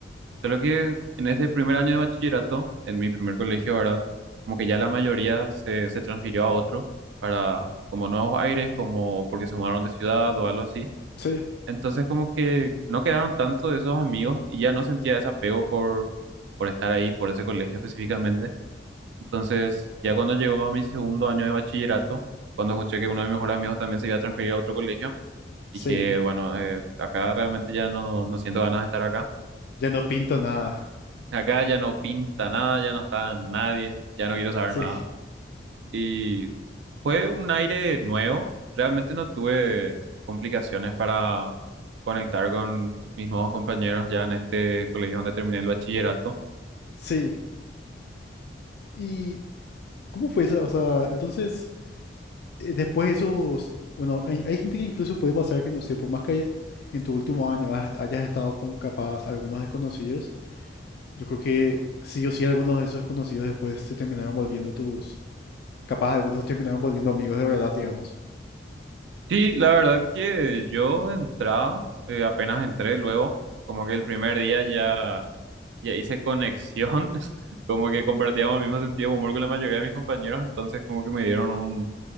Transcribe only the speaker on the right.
Solo que en ese primer año de bachillerato, en mi primer colegio, ¿verdad? Como que ya la mayoría se, se transfirió a otros para como nuevos aires, como porque se mudaron de ciudad o algo así.
Entonces como que no quedaron tanto de esos amigos y ya no sentía ese apego por, por estar ahí, por ese colegio específicamente. Entonces ya cuando llegó a mi segundo año de bachillerato, cuando escuché que uno de mis mejores amigos también se iba a transferir a otro colegio,
dije, bueno, eh, acá realmente ya no, no siento ganas de estar acá.
Acá ya no pinta nada, ya no está nadie, ya no quiero saber
nada. Y fue un aire nuevo. Realmente no tuve complicaciones para conectar con mis nuevos compañeros ya en este colegio donde terminé el bachillerato.
Sí, la verdad que yo entraba, eh, apenas entré luego, como que el primer día ya, ya hice conexión, <laughs> como que compartíamos el mismo sentido de humor con la mayoría de mis compañeros, entonces como que me dieron un,